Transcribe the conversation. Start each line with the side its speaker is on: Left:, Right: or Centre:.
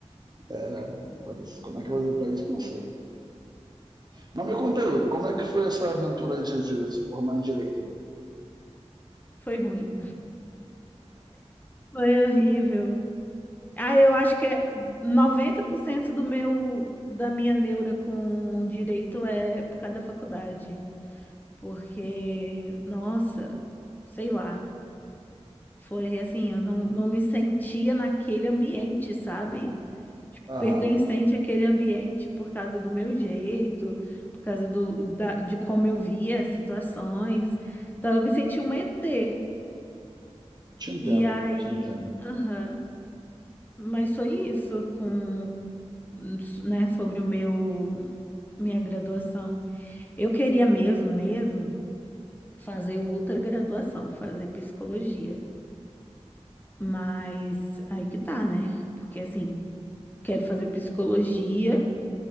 Right: é, agora, como é que eu vou driblar isso? Não sei. Mas me conta aí, como é que foi essa aventura aí de, de se formar em Direito?
Left: Foi ruim. Foi horrível. Ah, eu acho que é 90% do meu da minha neura com direito é por causa da faculdade, porque nossa, sei lá, foi assim, eu não, não me sentia naquele ambiente, sabe? Tipo,
Right: Aham,
Left: pertencente àquele ambiente por causa do meu jeito, por causa do, da, de como eu via as situações. Então eu me senti uma ET.
Right: te entendo,
Left: E aí,
Right: te entendo.
Left: aham, mas foi isso com né, sobre o meu minha graduação. Eu queria mesmo, mesmo fazer outra graduação, fazer psicologia. Mas aí que tá, né? Porque assim, quero fazer psicologia,